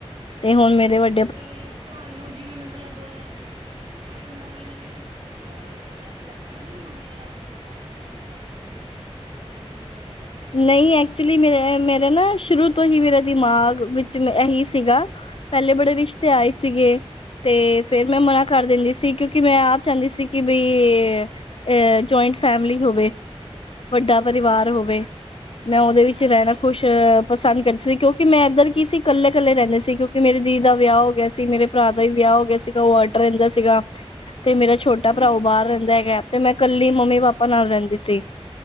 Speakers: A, on the left; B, on the right.
A: ਤੇ ਹੁਣ ਮੇਰੇ ਵੇ-
B: ਤੇ ਤੁਹਾਨੂੰ ਜਿਵੇਂ ਮਤਲਬ। ਜਦੋਂ ਨਵੇਂ- ਨਵੇਂ ਸੀ ਤੁਸੀਂ ਵਿਆਹੇ, ਉਦੋਂ ਤੁਹਾਨੂੰ ਲੱਗਿਆ ਨੀ ਵੀ ਮੇਰਾ। ਪੇਕਾ ਇੰਨਾ ਛੋਟਾ ਤੇ, ਸਹਰੇ ਇੰਨੇ ਵੱਡੇ ਪਰਿਵਾਰ ਹੈ।
A: ਨਹੀਂ ਐਕਚੁਲੀ ਮੇਰੇ, ਮੇਰੇ ਨਾ ਸ਼ੁਰੂ ਤੋਂ ਹੀ ਮੇਰਾ ਦਿਮਾਗ ਵਿੱਚ ਇਹੀ ਸੀਗਾ। ਪਹਿਲੇ ਬੜੇ ਰਿਸ਼ਤੇ ਆਏ ਸੀਗੇ। ਤੇ ਫੇਰ ਮੈਂ
B: ਹਾਂਜੀ
A: ਮਨਾ ਕਰ ਦਿੰਦੀ ਸੀ। ਕਿਉਂਕਿ, ਕਿ ਮੈਂ ਆਪ ਚਾਹੁੰਦੀ ਸੀ। ਕਿ ਬਈ ਜਇੰਟ ਫੈਮਿਲੀ ਹੋਵੇ। ਵੱਡਾ ਪਰਿਵਾਰ
B: ਹਾਂਜੀ
A: ਹੋਵੇ। ਮੈਂ ਉਦੇ ਵਿੱਚ
B: ਹਾਂਜੀ
A: ਰੇਹਣਾ ਖੁਸ਼, ਪਸੰਦ ਕਰ ਸੀ। ਕਿਉਂ ਕਿ, ਮੈਂ ਏਦਰ ਕੀ ਸੀ ਕੱਲੇ-ਕੱਲੇ ਰੇਂਦੇ ਸੀ। ਕਿਉਂਕਿ ਮੇਰੇ ਦੀ ਦਾ ਵਿਆ ਹੋ ਗਿਆ ਸੀ, ਮੇਰੇ ਭਰਾ ਦਾ ਵੀ ਵਿਆ ਹੋ ਗਿਆ ਸੀਗਾ। ਉ ਅਡ ਰੇਂਦਾ ਸੀਗਾ। ਤੇ ਮੇਰਾ ਛੋਟਾ ਭਰਾ ਓ ਬਾਰ ਰੇਂਦਾ ਹੈਗਾ। ਤੇ ਮੈਂ ਕੱਲੀ ਮੰਮੀ- ਪਾਪਾ ਨਾਲ ਰੇਂਦੀ ਸੀ।